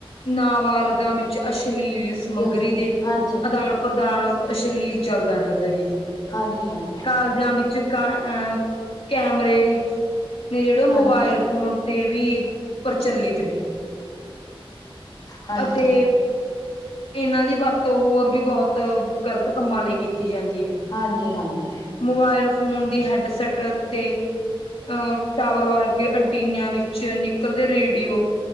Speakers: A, on the left; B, on the left.
A: ਨਾ ਵਾਲ ਵਰਗਾਂ ਵਿੱਚ ਅਸ਼ਲੀਲ ਸਮੱਗਰੀ
B: ਦੱਸੋ
A: ਦੇ
B: ਹਾਂਜੀ
A: ਆਦਾਨ ਪ੍ਰਦਾਨ ਅਸ਼ਲੀਲ ਚੱਲਦਾ ਰਹਿੰਦਾ ਜੀ।
B: ਹਾਂਜੀ-ਹਾਂਜ
A: ਕਾਲਜਾਂ ਵਿੱਚ ਕ ਅ ਕੈਮਰੇ। ਨੇ ਜੇੜੇ ਉਹ ਮੋਬਾਈਲ
B: ਹਾਂਜੀ
A: ਫੋਨ ਟੀਵੀ ਪ੍ਰਚਲਿਤ ਨੇ
B: ਹਾਂਜੀ
A: ਅਤੇ <inaudible> ਇਨਾਂ ਦੀ ਵਰਤੋਂ ਹੋਰ ਵੀ ਬੋਹਤ ਗਲਤ ਕੰਮਾਂ ਲਈ ਕੀਤੀ ਜਾਂਦੀ ਏ।
B: ਹਾਂਜੀ ਹਾਂਜੀ
A: ਮੋਬਾਈਲ ਫੋਨ ਦੀ ਹੈਡ-ਸੈਟ ਤੇ ਅ ਟਾਵਰ ਵਰਗੇ ਐਨਟਿਨਿਆ ਵਿੱਚ ਨਿਕਲਦੇ ਰੇਡੀਓ।